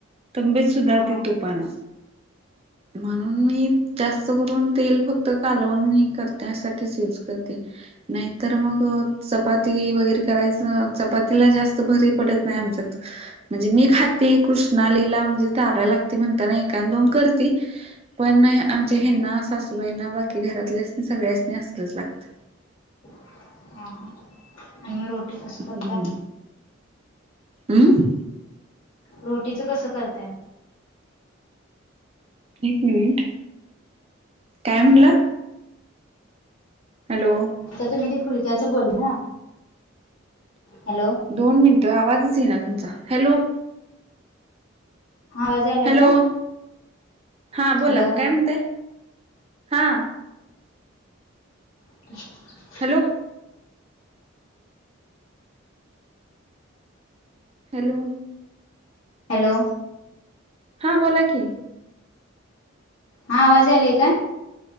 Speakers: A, on the right (about 30°); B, on the left (about 75°).
A: तब्येत सुधारते
B: हा
A: तुपान म्हणून मी जास्त करून तेल फक्त, कालवण हे करते साठीच यूज करते. नाही तर, मग चपात ती वगैरे करायचं, चपातीला जास्त भरी पडत नाही आमच्यात म्हणजे मी खाती कृष्णालीला म्हणजे चाराय लागतयं म्हणताना, एकाद दोन करती पण
B: हम्म
A: आमच्या
B: हम्म
A: हेना सासु बाईना बाकी घरातल्यांना सगळ्यासणी असलंच लागतं.
B: हा हा. आणि मग रोटी कस
A: हम्म
B: करता
A: हम्म
B: रोटीचं कसं करताय
A: एक मिनिट काय म्हणला हॅलो
B: तर तुम्ही ती फुलक्याच बोल ना हॅलो
A: दोन मिनटं आवाजच ये ना तुमचा हॅलो
B: हा आवाज यायलाय
A: हॅलो
B: का
A: हां बोला
B: हॅलो
A: काय म्हणतय हां
B: <inaudible>
A: हॅलो हॅलो
B: हॅलो
A: हा बोला की
B: हा आवाज आलाय काय